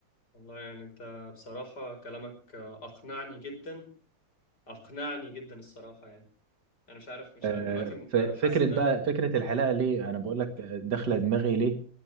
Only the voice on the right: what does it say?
آه،
ف-
فكرة
بقى
فكرة الحلاقة ليه أنا بقول لك داخلة دماغي ليه